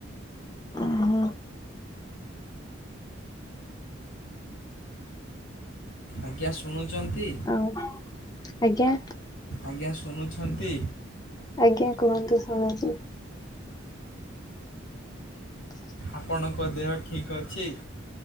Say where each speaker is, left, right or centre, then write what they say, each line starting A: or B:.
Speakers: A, on the left; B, on the left.
A: ହଁ
B: ଆଜ୍ଞା। ଶୁଣୁଛନ୍ତି?
A: ଆଉ। ଆଜ୍ଞା?
B: ଆଜ୍ଞା। ଶୁଣୁଛନ୍ତି?
A: ଆଜ୍ଞା। କୁହନ୍ତୁ ଶୁଣୁଛି? ହ <unintelligible>
B: ଆପଣଙ୍କ ଦେହ ଠିକ୍ ଅଛି?